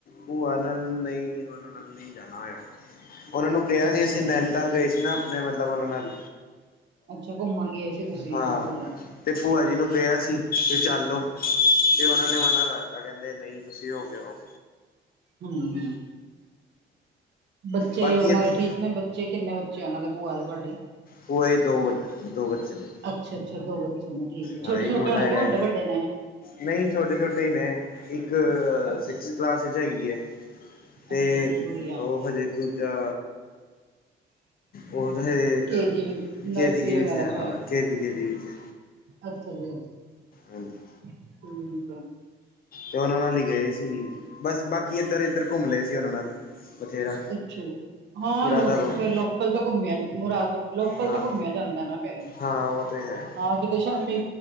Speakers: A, on the left (about 50°); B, on the right (about 60°).
A: ਭੂਆ ਨਾਲ ਨਹੀਂ ਉਹਨਾਂ ਨਾਲ ਨਹੀਂ ਜਾਣਾ ਆ ਉਹਨਾਂ ਨੂੰ ਕਿਹਾ
B: ਅੱਛਾ
A: ਸੀ ਅਸੀਂ
B: ਜੀ
A: ਨਾਨੀ ਕਲ ਗਏ ਸੀ ਨਾ ਆਪਣੇ ਮਤਲਬ ਉਹਨਾਂ ਨਾਲ
B: ਅੱਛਾ। ਘੁੰਮਣ ਗਏ ਸੀ ਤੁਸੀਂ
A: ਹਾਂ
B: ਚਲੋ।
A: ਤੇ ਭੂਆ ਜੀ ਨੂੰ ਕਿਹਾ ਸੀ ਤੇ ਚੱਲੋ ਤੇ ਉਹਨਾਂ ਨੇ ਮਨਾ ਕਰਤਾ ਕਹਿੰਦੇ ਨਹੀਂ ਤੁਸੀਂ ਹੋ ਕੇ ਆਉ।
B: ਹਮ। ਬੱਚੇ
A: ਬਾਕੀ
B: ਉਹਨਾਂ
A: ਇੱਥੇ
B: ਦੇ ਠੀਕ ਨੇ ਬੱਚੇ ਕਿੰਨੇ ਬੱਚੇ ਉਹਨਾਂ ਦੇ ਭੂਆ ਦੇ ਤੁਹਾਡੇ
A: ਭੂਆਂ ਜੀ ਦੇ ਦੋ ਦੋ ਬੱਚੇ ਨੇ।
B: ਅੱਛਾ - ਅੱਛਾ ਦੋ ਬੱਚੇ ਨੇ ਠੀਕ ਹੈ ਛੋਟ
A: ਹਾਂ ਇੱਕ
B: ਛੋਟੇ
A: ਮੁੰਡਾ
B: ਹੋਣਗੇ
A: ਹੈਗਾ
B: ਵੱਡੇ ਵੱਡੇ ਨੇ
A: ਨਹੀਂ ਛੋਟੇ ਛੋਟੇ ਨੇ ਇੱਕ
B: ਅੱਛਾ
A: ਸਿਕਸ ਕਲਾਸ ਚ ਹੈਗੀ ਐਂ। ਅਤੇ
B: ਅੱਛਾ ਜੀ ਗੁੜੀਆ
A: ਉਹ ਹਜੇ ਦੂਜਾ ਉਹ ਤਾਂ ਹ
B: ਕੇ ਜੀ ਨਰਸਰੀ
A: ਕੇ ਜੀ
B: ਵਗੈਰਾ
A: ਵਿੱਚ ਹੈ
B: ਤੋਂ
A: ਕੇ ਜੀ ਵਿੱਚ।
B: ਅੱਛਾ ਜੀ ਅੱਛਾ ਜੀ
A: ਹਾਂਜੀ
B: ਠੀਕ ਆ
A: ਤੇ ਉਹਨਾਂ ਨਾਲ ਹੀ ਗਏ ਸੀ ਬਸ ਬਾਕੀ ਇੱਧਰ ਇੱਧਰ ਘੁੰਮ ਰਹੇ ਸੀ ਉਹਨਾਂ ਨਾਲ ਬਥੇਰਾ
B: ਅੱਛਾ। ਹਾਂ।
A: ਮੁਰਾਦਾਬਾਦ
B: ਲੋਕ ਫੇਰ ਲੋਕਲ ਤਾਂ ਘੁੰਮਿਆ ਮੁਰਾਦ ਲੋਕਲ
A: ਹਾਂ
B: ਤਾਂ ਘੁੰਮਿਆ ਜਾਂਦਾ ਨਾ ਫੇਰ
A: ਹਾਂ ਉਹ ਤੇ ਹੈ।
B: ਹਾਂ। ਕਿਤੇ ਸ਼ਾਮੀ